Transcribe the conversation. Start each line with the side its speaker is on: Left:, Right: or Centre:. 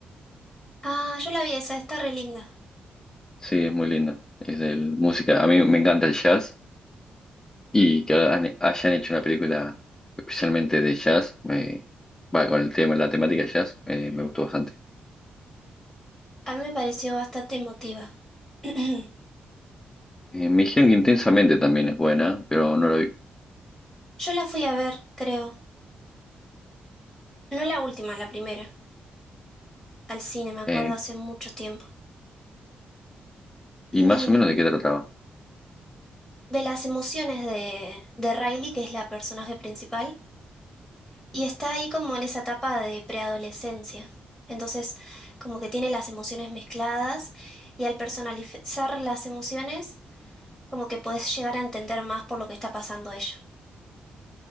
Centre: Ah, yo la vi esa, está re linda.
Left: Sí, es muy linda. Es de música. A mí me encanta el jazz y que hagan- hayan hecho una película especialmente de jazz, me, va, con el tema, la temática jazz, eh, me gustó bastante.
Centre: A mí me pareció bastante emotiva. <clears throat>
Left: Eh, me dijeron que Intensamente también es buena, pero no la vi.
Centre: Yo la fui a ver, creo. No la última, la primera. Al cine, me acuerdo
Left: Eh,
Centre: hace mucho tiempo. De,
Left: y más o menos de qué trataba.
Centre: de las emociones de, de Riley, que es la personaje principal, y está ahí como en esa etapa de preadolescencia. Entonces, como que tiene las emociones mezcladas y al personalizar las emociones, como que podés llegar a entender más por lo que está pasando ella.